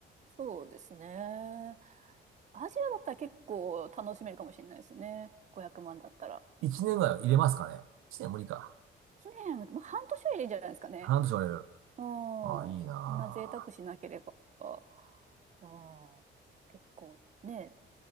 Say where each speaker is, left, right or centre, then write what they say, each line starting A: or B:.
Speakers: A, on the right; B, on the right.
A: そうですね。アジアだったら結構楽しめるかもしれないですね。500万だったら。
B: 1年ぐらいは入れますかね。1年無理か。
A: 1年、まあ、半年はいいんじゃないですかね。
B: 半年折れる。
A: ああ、そんな贅沢しなければ、
B: あー、いいな
A: ああ、結構ね、